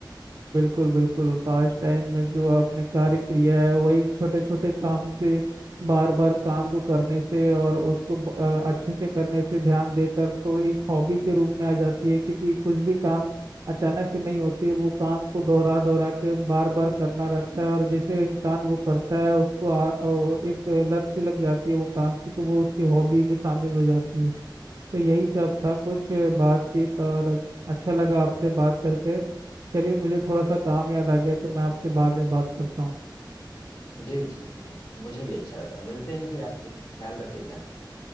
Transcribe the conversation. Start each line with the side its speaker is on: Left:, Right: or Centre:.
Right: बिल्कुल बिल्कुल पास टाइम में जो आपने कार्य किया है वही छोटे छोटे काम से बार बार काम को करने से और उसको ब- अ, अच्छे से करने से ध्यान देकर तो एक हॉबी के रूप में आ जाती है क्योंकि कुछ भी काम अचानक से नहीं होते वो काम को दोहरा दोहरा के बार बार करना रहता है और जैसे इंसान वो करता है उसको आ, अ, एक लत सी लग जाती है वो काम की तो वो उसकी हॉबी में शामिल हो जाती है तो यही सब था कुछ बातचीत और अच्छा लगा आपसे बात करके चलिए मुझे थोड़ा सा काम याद आ गया तो मैं आपसे बाद में बात करता हूँ
Left: जी जी मुझे भी अच्छा लगा मिलते हैं फिर आपसे ख्याल रखिएगा